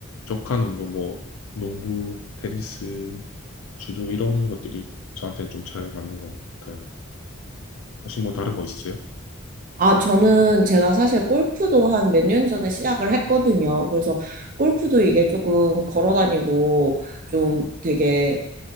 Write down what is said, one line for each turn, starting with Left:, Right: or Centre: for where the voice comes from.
Left: 격한 운동 뭐 농구, 테니스, 주도 이런 것들이 저한테는 좀 잘 맞는 것 같아요. 혹시 뭐 다른 거 있으세요?
Right: 아, 저는 제가 사실 골프도 한 몇 년 전에 시작을 했거든요. 그래서 골프도 이게 조금 걸어 다니고 좀 되게